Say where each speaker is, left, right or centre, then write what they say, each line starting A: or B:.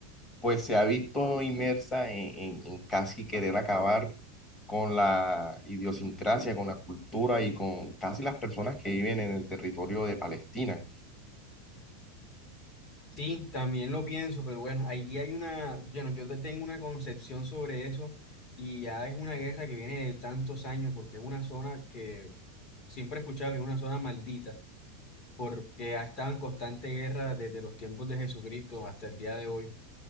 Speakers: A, on the left; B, on the left.
A: pues se ha visto inmersa en, en- en casi querer acabar con la idiosincrasia, con la cultura y con casi las personas que viven en el territorio de Palestina.
B: Sí, también lo pienso, pero bueno, ahí hay una, bueno, yo te- tengo una concepción sobre eso y ya es una guerra que viene de tantos años porque es una zona que siempre he escuchado que es una zona maldita. porque ha estado en constante guerra desde los tiempos de Jesucristo hasta el día de hoy.